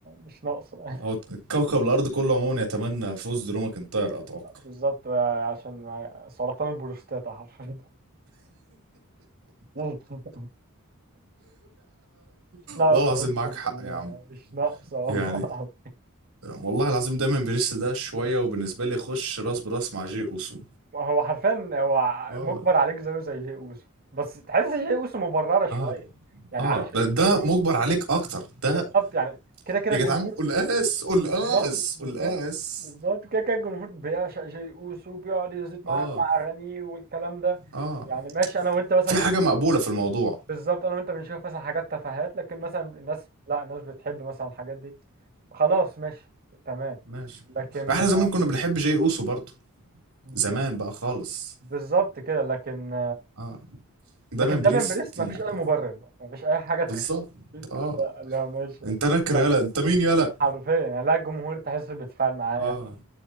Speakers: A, on the right; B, on the right.
A: مش ناقصه <laughs>
B: هو كوكب الأرض كله عموما يتمنى فوز درو ماكنتاير أتوقع
A: بالظبط آه، عشان ما- سرطان البروستاتا حرفيا <laughs> مش ناقصه
B: والله العظيم
A: اقسم
B: معاك حق
A: بالله
B: يا عم
A: مش ناقصه
B: يعني
A: <laughs>
B: والله العظيم دايما بريس ده شوية وبالنسبة لي يخش راس براس مع جي أوسو
A: ما هو حرفيا هو
B: اه
A: مجبر عليك زيه زي جي اوسو بس تحس جي اوسو مبررة شوية
B: اه
A: يعني
B: اه
A: اه علشان
B: ده
A: الجمهور
B: ده مجبر عليك أكتر ده
A: بالظبط يعني كده كده
B: يا
A: الجمهور
B: جدعان قول اس قول
A: بالظبط
B: اس
A: بالظبط
B: قول اس
A: بالظبط كده كده الجمهور بيعشق جي اوسو وبيقعد يزيد معاه
B: اه
A: مع اغانيه والكلام ده
B: اه
A: يعني ماشي انا وانت مثلا
B: في حاجة
A: بن-
B: مقبولة في الموضوع
A: بالظبط انا وانت بنشوف مثلا حاجات تفاهات لكن مثلا الناس لا الناس بتحب مثلا الحاجات دي خلاص ماشي تمام
B: ماشي
A: لكن
B: احنا زمان كنا بنحب جي اوسو برضه زمان
A: بز-
B: بقى خالص
A: بالظبط كده لكن
B: آه. دايما
A: لكن
B: بريست
A: داميان بريست مفيش
B: يعني
A: اي مبرر بقى مفيش اي حاجه تخليك
B: بالظبط اه
A: لا لا ماشي
B: انت نكر
A: لا
B: يالا انت مين يالا
A: حرفيا يعني لا الجمهور تحس بيتفاعل معاه
B: اه